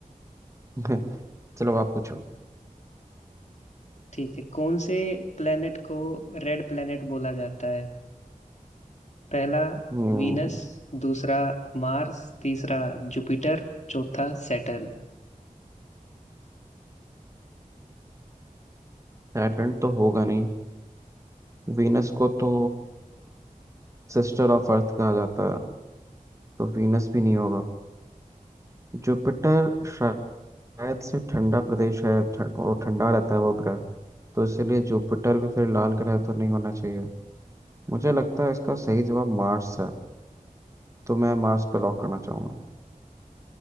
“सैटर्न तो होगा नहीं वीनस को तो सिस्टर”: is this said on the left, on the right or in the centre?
Right